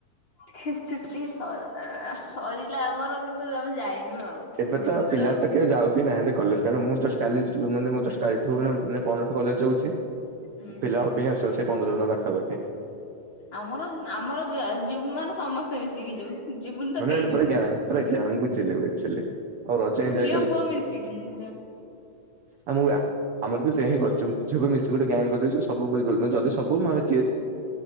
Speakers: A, on the left; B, on the right.
A: ଚୁଟି ସ ସରିଲା ଆମର କିନ୍ତୁ ଆମେ ଯାଇନୁ। ଆଉ
B: ଏବେ
A: ଯିବୁ
B: ତ ପିଲା
A: ଆଉ।
B: ତ କେବେ ଯାଉ ବିି ନାହିଁ ତ କଲେଜ୍ <unintelligible> ମୁଁ ଯୋଉ ଷ୍ଟାଇଲିସ୍ ମୁଁ ଯୋଉ ଷ୍ଟାଇଲିଷ୍ଟ ପ୍ରୋଗ୍ରାମ <unintelligible> କଲେଜ୍ ଯାଉଛି
A: ହୁଁ
B: ପିଲା <unintelligible> ପନ୍ଦର ଜଣ <unintelligible>
A: ଆମର ଆମର ଯିବୁ ମାନେ ସମସ୍ତେ ମିଶିକି ଯିବୁ। ଯିବୁନି ତ
B: ମାନେ
A: କେହି
B: ଏଠି
A: ଯିବୁନି,
B: ପୁରା ଗ୍ୟାଙ୍ଗ ପୁରା ଗ୍ୟାଙ୍ଗ ବୁଝିଲେ ବୁଝିଲେ। ଆଉ ରଜ ଏଞ୍ଜୟ
A: ଝିଅ ପୁଅ ମିଶିକି। <inaudible>
B: ଆଉ ମୁଁ ଆର ବି ସେ ହିଁ କରିୁଛି ଝିଅ ବି ମିଶି ଗୋଟେ ଗ୍ୟାଙ୍ଗ କରିଦେଇଛୁ ସବୁ ଯଦି ସବୁ ନହେ